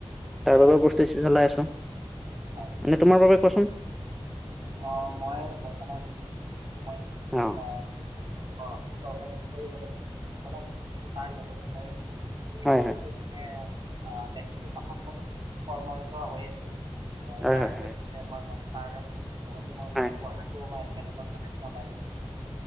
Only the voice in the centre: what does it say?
তাৰ বাবেও
প্ৰস্তুতি চলাই আছো।
এনেই তোমাৰ বাবে কোৱাচোন।
অ
হয়
হয়
হয়
হয়
হয়
হয়